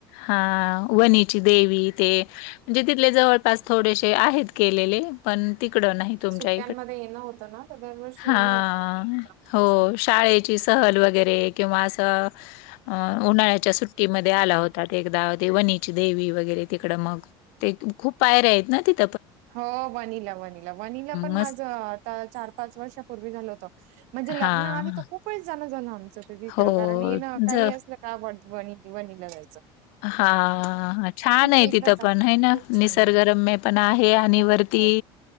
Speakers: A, on the left; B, on the right.
A: हा वणीची देवी ते म्हणजे तिथले जवळपास थोडेसे आहेत केलेले पण तिकडं नाही तुमच्या
B: सुट्ट्यांमध्ये येणं होतं ना तर दरवर्षी
A: हा
B: येणं होतं त्र्यंबकेश्वरला.
A: हो शाळे ची सहल वगैरे किंवा असं अं उन्हाळ्याच्या सुट्टीमध्ये आला होता ते एकदा ते वणीची देवी वगैरे तिकडं मग ते खूप पायऱ्या आहेत ना तिथ
B: हो वनिला वनिला वनिला पण
A: मस्त
B: माझ चार पाच वर्षापूर्वी झालं होत म्हणजे लग्नआधी
A: हां,
B: त खूप वेळेस जाण झालं आमचं तिकडं
A: हो.
B: कारण हे ना काही
A: ज
B: असलं का व वणी लगायचं
A: हा छान आहे
B: एकदा
A: तिथं
B: जाण
A: पण है ना
B: खूप छान
A: निसर्गरम
B: आहे.
A: पण आहे हे आणि
B: हो
A: वरती
B: हो.